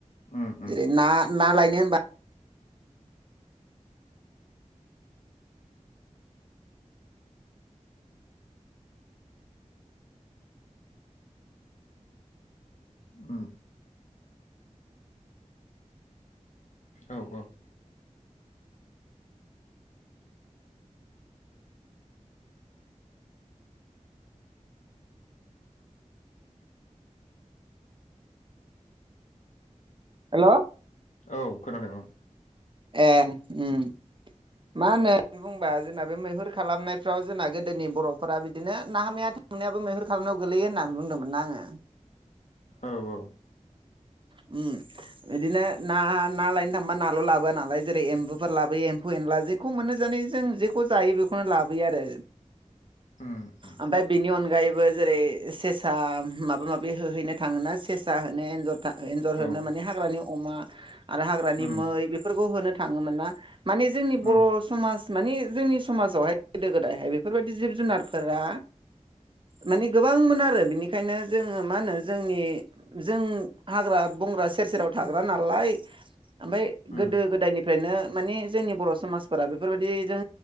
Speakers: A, on the left; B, on the right.
A: उम उम
B: जेरै ना ना लायनो होनबा
A: उम। औ औ।
B: हेल'।
A: औ खोनादों औ।
B: ए उम। मा होनो बुंबा जोंना बे मैहुर खालामनायफ्राव जोंना गोदोनि बर'फोरा बिदिनो नाहा मैहा मैहुर खालामनायाव गोलैयो होननानै बुंदोमोन ना आङो।
A: औ औ।
B: उम। इदिनो ना ना लायनो थांबा नाल' लाबोआ नालाय जेरै एम्बुफोर लाबोयो एम्फौ एनला जेखौ मोनो जों माने जों जेखौ जायो बेखौनो लाबोयो आरो।
A: उम उम
B: आमफाय बिनि अनगायैबो जेरै सेसा माबा माबि होहैनो थाङोना सेसा होनो एन्जर थां एन्जर
A: औ
B: होनो माने हाग्रानि अमा आरो हाग्रानि
A: उम
B: मै बेफोरखौ होनो थाङोमोन ना माने जोंनि बर'
A: उम
B: समाज माने जोंनि समाजावहाय गोदो गोदायहाय बेफोरबायदि जिब जुनारफोरा माने गोबांमोन आरो बिनिखायनो जोङो मा होनो जोंनि जों हाग्रा बंग्रा सेर सेराव थाग्रा नालाय ओमफाय
A: उम
B: गोदो गोदायनिफ्रायनो माने जोंनि बर' समाजफोरा बेफोरबायदि जों